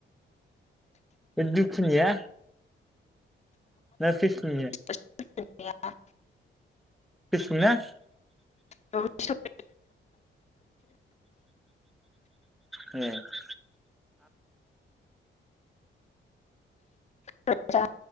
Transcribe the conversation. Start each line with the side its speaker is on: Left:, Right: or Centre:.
Centre: दुखुनिया‌ ना फेसबुकनिया‌‌
Left: <unintelligible>
Centre: फेसबुकना
Left: <unintelligible>
Centre: ए
Left: <unintelligible>